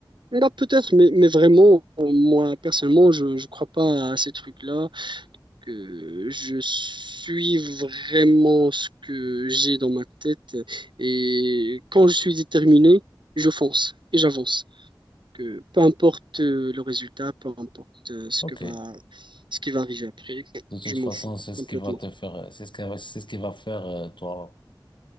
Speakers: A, on the right (about 70°); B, on the left (about 70°).
A: là, peut-être, mais, mais vraiment, euh, moi, personnellement, je ne crois pas à ces trucs-là, que je suis vraiment ce que j'ai dans ma tête, et quand je suis déterminé, je fonce et j'avance. Que peu importe euh, le résultat, peu importe euh, ce
B: Ok.
A: que va, ce qui va arriver après,
B: De toute
A: je
B: façon,
A: m'en fous
B: c'est
A: complètement.
B: ce qui va te faire, c'est ce qui, c'est ce qui va faire euh, toi,